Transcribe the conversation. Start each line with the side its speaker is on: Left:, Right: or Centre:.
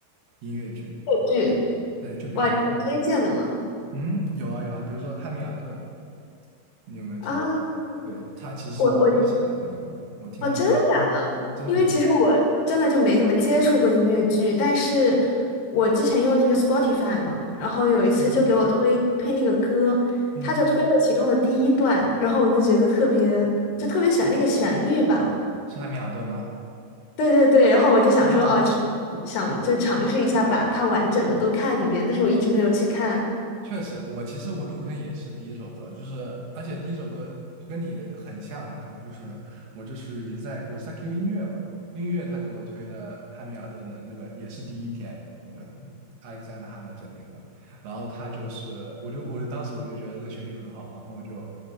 Right: 音乐剧。对
Left: 剧，
Right: 对，就比如说，
Left: 哇，你是推荐的吗？
Right: 嗯，有啊有啊，比如说《汉密尔顿》，你有没有听？
Left: 啊，
Right: 对，他其实是我最喜欢的一个，
Left: 我我
Right: 我听了他，
Left: 哦，真的假的？
Right: 嗯，真的真的，
Left: 因为其实我真的就没怎么接触过音乐剧，但是我之前用那个 Spotify 嘛，然后有一次就给我推推那个歌，
Right: 嗯嗯，
Left: 他就推了其中的第一段，然后我就觉得特别，就特别喜欢那个旋律吧。
Right: 是汉密尔顿吗？
Left: 对对对，然后我就想说，
Right: 啊，
Left: 哦，就想就尝试一下把它完整的都看一遍，但是我一直没有去看，
Right: 确实，我其实我入坑也是第一首歌，就是而且第一首歌我跟你的很像很像，就是我就是也是在我是在 QQ 音乐吧，音乐他给我推了汉密尔顿的那个也是第一篇，嗯，Alexander Hamilton 那个，然后他就是我就我就当时我就觉得这个旋律很好，然后我就